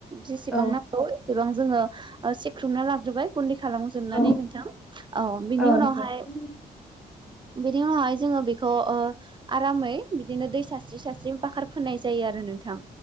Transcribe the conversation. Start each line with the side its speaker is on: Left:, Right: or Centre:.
Right: जेसेबां
Centre: औ
Right: नांगौ एसेबां जोङो सिख्रुमना लाजोबबाय गुन्दैखौ खालामजोबनानै
Centre: औ
Right: नोंथां औ बिनि
Centre: औ
Right: उनावहाय
Centre: औ <inaudible>
Right: बिनि उनावहाय जोङो बेखौ ओ आरामै बिदिनो दै सारस्रि सारस्रि बाखार फोननाय जायो आरो नोंथां